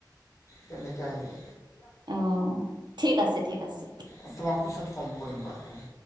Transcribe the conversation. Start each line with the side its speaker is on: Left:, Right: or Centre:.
Left: তেনেকৈ আহিলো।
Right: অ', ঠিক আছে ঠিক আছে।
Left: অঁ, তোমাক পিছত কম কৰিম বাৰু ফোন।